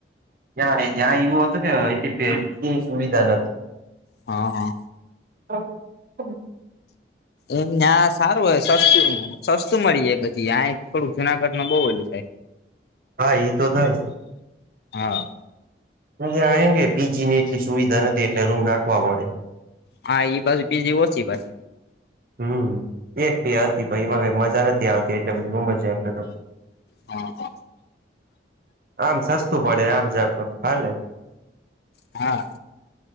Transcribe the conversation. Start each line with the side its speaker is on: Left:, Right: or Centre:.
Right: ત્યાં જ્યાં એવું હતું કે એટલે સુવિધા નથી.
Left: હા હા <unintelligible>
Right: હ હા <unintelligible>
Left: એમ ત્યાં સારું હોય સસ્તું સસ્તું મળી જાય- ત્યાં એક થોડુંક જુનાગઢ ન બઉુ ઓેલું થાય.
Right: હા ઈ તો થાય.
Left: હા.
Right: હ આ કે પીજી ની એટલી સુવિધા નથી એટલે રૂમ રાખવા પડે.
Left: હા એઈ બસ બીજીી ઓછી બલ.
Right: હમ એક બે હતી પ એમાં મજા નથી આવતી એટલે પછી હું મજા કા તો.
Left: હા
Right: આમ સસ્તું પડે આમ જ તો હાલે.
Left: હા.